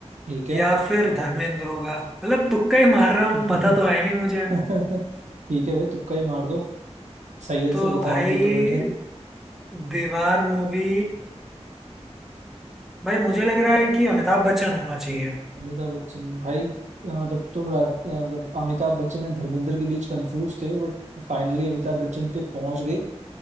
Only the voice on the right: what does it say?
ठीक है
<laughs>
ठीक है भाई तुक्का ही मार दो सही आंसर
बताने
के लिए तो बैठे हैं
अमिताभ बच्चन भाई अ, मतलब तुम राज अ, मतलब अमिताभ बच्चन और धर्मेंद्र के बीच कंफ्यूज थे बट फाइनली अमिताभ बच्चन पे पहुंच गए